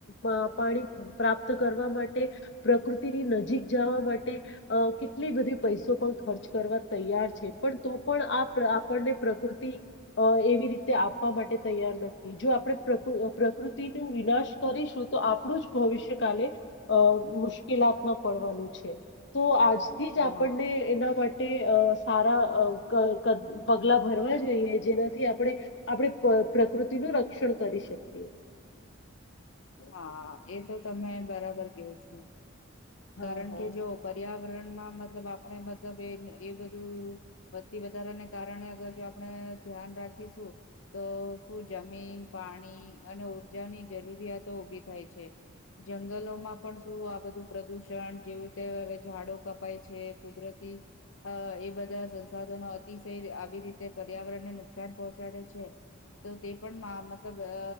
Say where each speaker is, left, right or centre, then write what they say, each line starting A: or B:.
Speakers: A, on the left; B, on the left.
A: પા પાણી પ્રાપ્ત કરવા માટે પ્રકૃતિની નજીક જવા માટે અ કેટલી બધી પૈસો પણ ખર્ચ કરવા તૈયાર છે. પણ તો પણ આ આપડને પ્રકૃતિ એવી રી આપવા માટે તૈયાર નથી જો આપ પ્ર પ્રકૃતિનું વિનાશ કરીશું તો આપડુ જ ભવિષ્ય કાલે અ મુશ કેલાતમાં પડવાનું છે. તો આજથી જ
B: હા.
A: આપડને એના માટે અ સારા <unintelligible> પગલા ભરવા જોઈએ. જેનાથી આપણે આપડે પ પ્રકૃતિનું રક્ષણ કરી શકીએ.
B: હા એ તો તમે બરાબર કેવું છુ.
A: હા
B: કારણ
A: હા
B: કે જો પર્યાવરણમાં મતલબ આપડે મતલબ એ એ બધું વસ્તી વધારાને કારણે અગર જો આપણે ધ્યાન રાખીશું તો શું જમીન પાણી અને ઉર્જાની જરૂરિયાતો ઉભી થાય છે. જંગલોમાં પણ શું આ બધું પ્રદૂષણ જેવી રીતે હવે ઝાડો કપાય છે. કુદરતી અ એ બધા સંસાધનો અતિશય આવી રીતે પર્યાવરણ ને નુકસાન પહોંચાડે છે. <unintelligible> તો તે પણ મા મતલબ અ